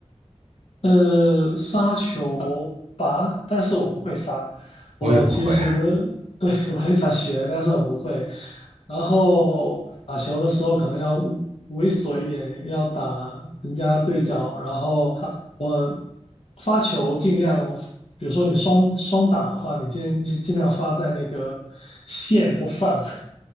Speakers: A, on the left; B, on the right.
A: 呃，杀球吧，但是我不会杀。我其实
B: 我也不会。
A: <laughs> 对我很想学，但是我不会。然后打球的时候可能要猥琐一点，要打人家对角。然后我发球尽量，比如说你双双打的话，你尽尽尽量发在那个线上。